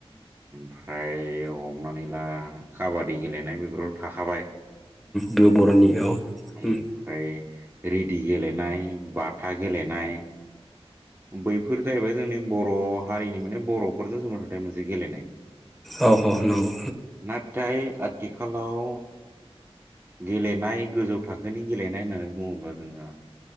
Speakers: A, on the right (about 25°); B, in the centre.
A: फ्राय हमनानै ला काबादि गेलेनाय बेफोर थाखाबाय
B: बेयो बर'नि
A: औ ओमफ्राय
B: उम
A: रेदि गेलेनाय बाथा गेलेनाय बैफोर जाहैबाय जोंनि बर' हारिनि माने बर'फोरजों सोमोन्दो थानाय मोनसे गेलेनाय।
B: औ औ नंगौ
A: नाथाय आथिखालाव गेलेनाय गोजौ थाखोनि गेलेनाय होन्नानै बुङोब्ला जोंहा